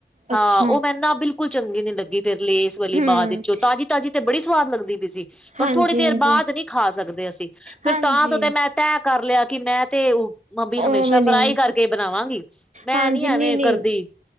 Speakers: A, in the centre; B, on the right (about 40°).
A: ਹਾਂ
B: ਅੱਛਾ
A: ਉਹ ਮੈਨੂੰ ਨਾ ਬਿਲ ਬਿਲਕੁਲ ਚੰਗੀ ਨੀ ਲੱਗੀ ਫੇਰ ਲੇਸ ਵਾਲੀ
B: ਹੂੰ
A: ਬਾਦ ਵਿੱਚੋਂ ਤਾਜ਼ੀ-ਤਾਜ਼ੀ ਤੇ ਬੜੀ ਸਵਾਦ ਲੱਗਦੀ ਪਈ ਸੀ ਪਰ
B: ਹਾਂਜੀ
A: ਥੋੜ੍ਹੀ ਦੇਰ
B: ਹਾਂਜੀ
A: ਬਾਦ ਨੀ ਖਾ ਸਕਦੇ ਅਸੀਂ ਫਿਰ
B: ਹਾਂਜੀ
A: ਤਾਂ ਤੇ ਮੈਂ ਤੈਅ ਕਰ ਲਿਆ ਕੀ ਮੈਂ ਤੇ ਮੰਮੀ ਹਮੇਸ਼ਾ
B: ਉਹ ਵੀ ਨਹੀਂ
A: ਫਰਾਈ ਕਰਕੇ ਈ ਬਣਾਵਾਂਗੀ। ਮੈਂ
B: ਹਾਂਜੀ
A: ਨੀ
B: ਨਹੀਂ
A: ਐਵੇਂ
B: ਨਹੀਂ
A: ਕਰਦੀ